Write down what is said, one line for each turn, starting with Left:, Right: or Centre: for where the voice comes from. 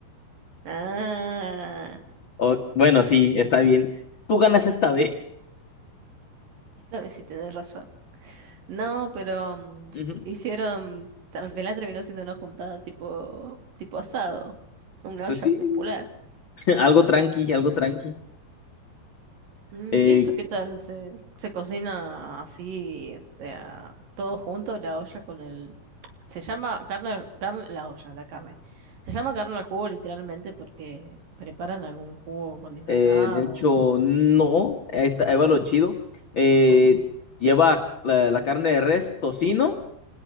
Right: Ah,
Left: O- bueno, sí, está bien. Tú ganas esta vez.
Right: esta vez sí tenés razón. No, pero mm,
Left: <laughs> Ujú.
Right: hicieron, al final terminó siendo una juntada tipo, tipo asado, una
Left: Pues
Right: olla
Left: sí,
Right: popular.
Left: <laughs> algo tranqui, algo tranqui.
Right: Mm,
Left: Eh,
Right: ¿Y eso qué tal? ¿Se, se cocina así, o sea, todo junto, la olla con el... Se llama carne, carne, la olla, la carne. Se llama carne al jugo literalmente porque preparan algún jugo condimentado.
Left: eh, de hecho, no, ahí, está- ahí va lo chido. Eh,
Right: A ver.
Left: lleva la la carne de res, tocino.